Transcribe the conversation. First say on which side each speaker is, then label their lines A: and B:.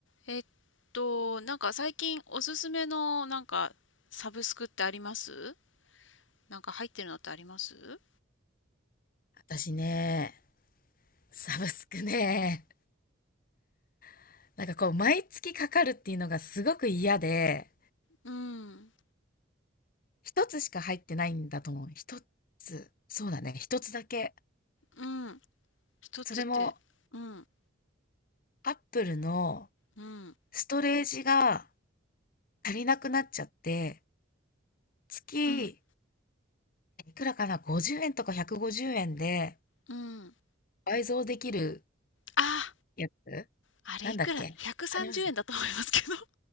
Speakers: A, on the left (about 80°); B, on the left (about 45°).
A: えっと、なんか最近おすすめのなんかサブスクってありますなんか入ってるのってあります
B: 私ね、サブスクね、<laughs> なんかこう、毎月かかるっていうのがすごく嫌で、
A: うん、
B: 一つしか入ってないんだと思う。一つ。そうだね、一つだけ。
A: うん。一つって、
B: それも、
A: うん、
B: アップルの
A: うん、
B: ストレージが足りなくなっちゃって、月、
A: うん、
B: いくらかな、50円とか150円で
A: うん。
B: 倍増できる
A: あ、
B: やつ
A: あれいくら
B: なんだっけあります。
A: ?130 円だと思いますけど。